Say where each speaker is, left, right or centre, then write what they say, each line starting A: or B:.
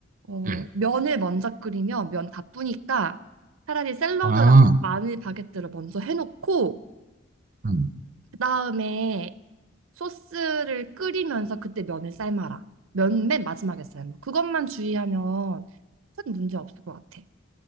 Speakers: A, on the right; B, on the right.
A: 어,
B: 응.
A: 면을 먼저 끓이면 면 다 뿌니까 차라리 샐러드랑
B: 아,
A: 마늘 바게트를 먼저 해놓고,
B: 음.
A: 그 다음에 소스를 끓이면서 그때 면을 삶아라. 면 맨 마지막에 삶아. 그것만 주의하면 큰 문제 없을 것 같아.